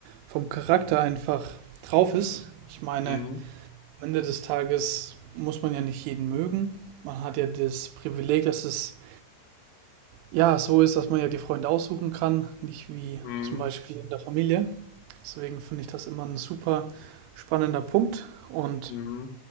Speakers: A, on the right (about 85°); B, on the left (about 75°).
A: vom Charakter einfach drauf ist. Ich meine,
B: Mhm.
A: am Ende des Tages muss man ja nicht jeden mögen. Man hat ja das Privileg, dass es ja so ist, dass man ja die Freunde aussuchen kann, nicht wie
B: Mhm.
A: zum Beispiel in der Familie. Deswegen finde ich das immer ein super spannender Punkt und
B: Mhm.